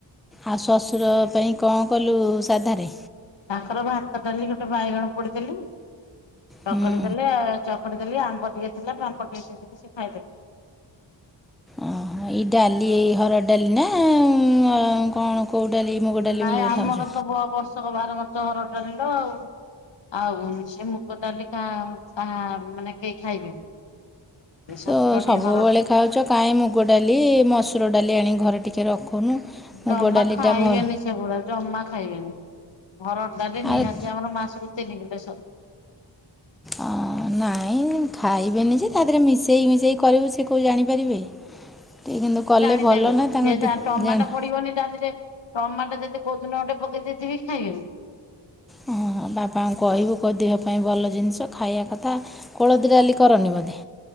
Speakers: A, in the centre; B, on the left.
A: ଆଉ ଶ୍ୱଶୁର ପାଇଁ କଁ କଲୁ ସାଧାରେ?
B: ତାଙ୍କର ଭାତ ଡାଲି ଗୋଟେ ବାଇଗଣ ପୋଡିଦେଲି ଚକଡି
A: ହୁଁ
B: ଦେଲେ ଚ ଚକଡିଦେଲି ଆମ୍ବ ଟିକେ ଥିଲା ପାମ୍ପଡ ଟିକେ ଦେଇଦେଲି ସେ ଖାଇଦେଲ
A: ଓହ ଏଇ ଡାଲି ଏଇ ହରଡ଼ ଡାଲି ନା ଉଁ କଣ? କଉ ଡାଲି। ମୁଗ ଡାଲି
B: ନାଇଁ
A: ବୋଲି
B: ଆମର
A: ଖାଉଛୁ
B: ତ ବର୍ଷକ ବ ବାର ମାଛ ହରଡ଼ ଡାଲି ଲୋ ଆଉ। ଆଉ ସେ ମୁଗ ଡାଲିି କା କାହା ମାନେ କେହି ଖାଇବେନି। ଏ ଶଶୁର
A: ତ ସବୁବେଳେ
B: ଟିକେ ହର
A: ଖାଉଛ କାହିଁ ମୁଗ ଡାଲି ମସୁର ଡାଲି ଆଣିିକ ଘରେ ଟିକେ ରଖୁନୁ।
B: ଜମା
A: ମୁଗ ଡାଲିଟା
B: ଖାଇବେନି
A: ଭଲ
B: ସେ ଗୁରା ଜମା ଖାଇବେନି। ହରଡ଼ ଡାଲି ନିହାତି
A: ଆଉ
B: ଆମର ମାସକୁ ତିନି କିଲେ ସ
A: ଅ ନାଇଁ ଖାଇବେନି ଯେ ତା ଦେହରେ ମିଶେଇ ମିଶେଇ କରିବୁ ସେ କଉ ଜାଣିପାରିବେ। ଟିକେ କିନ୍ତୁ କଲେ
B: ଜାଣିଦେବେ
A: ଭଲ ନା
B: ସେ
A: ତାଙ୍କ
B: ଯା
A: ଦେହ
B: ଟମାଟୋ
A: ଜାଣି
B: ପଡିବନି ତା ଧେରେ ଟମାଟୋ ଯଦି କଉଦିନ ଗୋଟେ ପକେଇ ଦେଇଥିବି ଖାଇବେନି।
A: ହଁ ବାପାଙ୍କୁ କହିବୁ କ ଦେହ ପାଇଁ ଭଲ ଜିନିଷ ଖାଇବା କଥା। କୋଳଥ ଡାଲି କରନି ବୋଧେ।